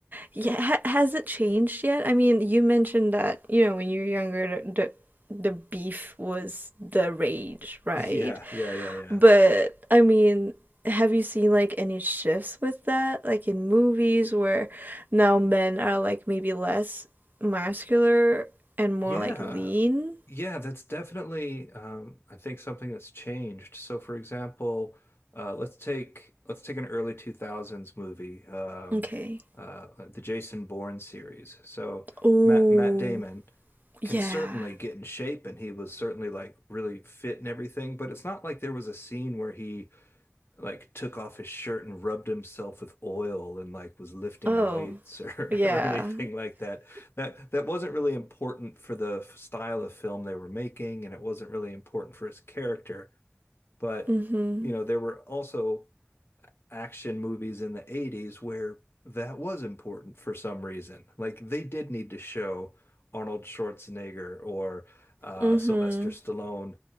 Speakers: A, on the right; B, on the left.
A: Yeah, ha has it changed yet? I mean, you mentioned that, you know, when you were younger, the, the the beef was the rage, right?
B: Yeah, yeah, yeah, yeah.
A: But I mean, have you seen like any shifts with that? Like in movies where now men are like maybe less muscular and more
B: Yeah.
A: like lean?
B: Yeah, that's definitely um, I think something that's changed. So for example, uh, let's take let's take an early 2000s movie, um,
A: Okay.
B: uh, the Jason Bourne series. So
A: Ooh,
B: Matt Matt Damon
A: yeah.
B: can certainly get in shape and he was certainly like really fit and everything, but it's not like there was a scene where he like took off his shirt and rubbed himself with oil and like was lifting
A: Oh,
B: weights <laughs> or,
A: yeah.
B: or anything like that. That that wasn't really important for the style of film they were making, and it wasn't really important for his character. But
A: Mm-hmm.
B: you know, there were also action movies in the 80s where that was important for some reason. Like they did need to show Arnold Schwarzenegger or uh,
A: Mm-hmm.
B: Sylvester Stallone